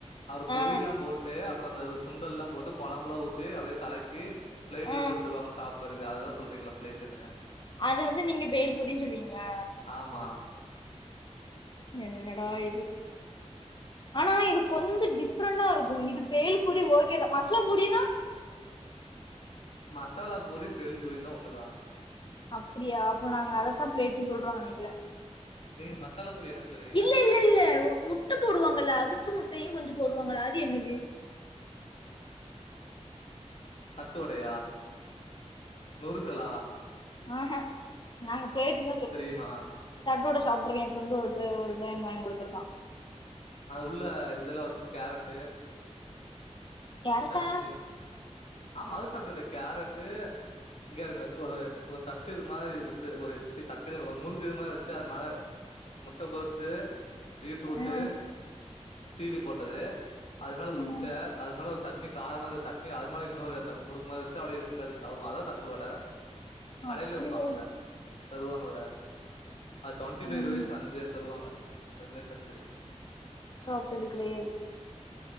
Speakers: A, on the left (about 60°); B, on the left (about 40°).
A: அவரு
B: ஆ
A: பொரியலா போட்டு அந்த சுண்டல்லா போட்டு கொழம்பலா ஊத்தி அப்டியே கலக்கி பிளைட்ல
B: ஆ
A: போட்டு தருவாங்க சாப் புறதுக்கு அது தா சொல்றீங்களா ப்ளேட்டுன்னு
B: அது வந்து நீங்க பேல்பூரின்னு சொல்லுவீங்களா
A: ஆமா.
B: என்னடா இது ஆனா இது கொஞ்சோ டிப்ரெண்டா இருக்கு இது பேல் பூரி ஓகேதா மஸ்லா பூரினா
A: மசாலா பூரி பேல் பூரிலா ஒண்ணுதா
B: அப்புடியா அப்போ நாங்க அதத்தா பிளேட்டுன்னு சொல்றோ நனைக்கிறே
A: நீங்க மசாலா பூரி என்ன சொல்லுவீங்க
B: இல்லல்லல்ல முட்ட போடுவாங்கல அவிச்சு முட்டயு கொஞ்சோ போடுவாங்கல்ல அது என்னது
A: தட்டுவடயா நுறுக்களா
B: ஆஅ நாங்க பிளேட்டு தா சொல்லுவோ
A: தெரியுமா
B: தட்டோட சாப்ட்டுருக்கே எ ஃப்ரெண்ட் ஒரு ஒருடைம் வாங்கி குடுத்துர்கா
A: அது உள்ள இதெல்லா வச்சு கேரட்டு
B: கேரட்டா
A: சட்னி ஆமா அது சாப்ட இல்ல கேரட்டு இங்காருங்க ஒரு ஒரு தட்டு இது மாரி வச்சு ஒரு ச்சீ தட்டுங்க்ரே ஒரு முறுக்கு இது மாரி வச்சு அது மல முட்டகோசு பீட்ரூட்டு
B: ம்,
A: சீவி போட்டது அது மேல
B: ம்,
A: முட்ட அது மேல ஒரு சட்னி காரமாருக்க சட்னி அது மேல இன்னொரு அந்த முருக்குமாறி வச்சு அப்டியே எடுத்துக்கடுச்சு சாப்டுவோ அதா தட்டுவட கடயில
B: அப்படியா
A: விப்பாங்கல தருவாங்கல அது டுவொண்ட்டி ஃபை
B: ம்,
A: ருப்பீஸ் அஞ்சு தருவாங்க அதுமாறி செஞ்சு
B: சாப்ட்டது கடயாது